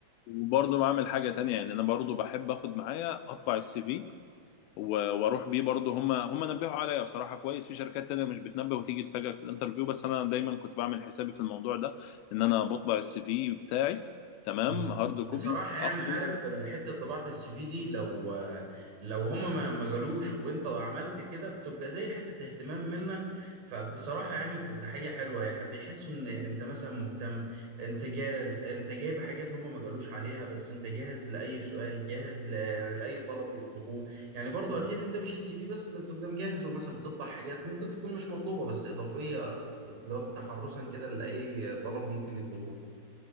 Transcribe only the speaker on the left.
وبرضه بعمل حاجة تانية يعني أنا برضه بحب آخد معايا أطبع السي في و- وأروح بيه برضه هم هم نبهوا عليا بصراحة كويس في شركات تانية مش بتنبه وتيجي تفاجئك في الانترفيو بس أنا دايما كنت بعمل حسابي في الموضوع ده إن أنا بطبع السي في بتاعي تمام
هارد كوبي
اخده